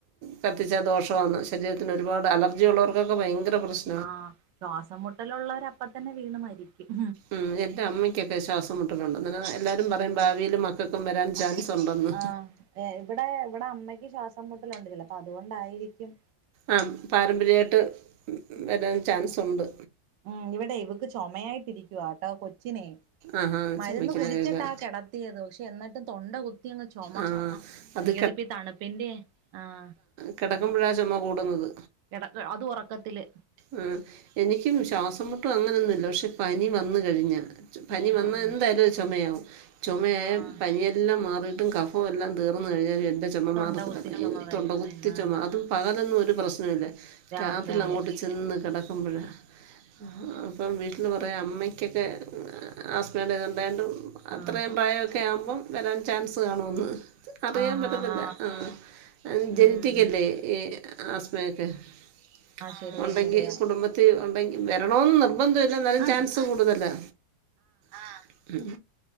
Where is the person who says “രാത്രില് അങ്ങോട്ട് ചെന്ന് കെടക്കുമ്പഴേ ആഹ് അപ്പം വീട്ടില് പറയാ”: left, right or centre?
Right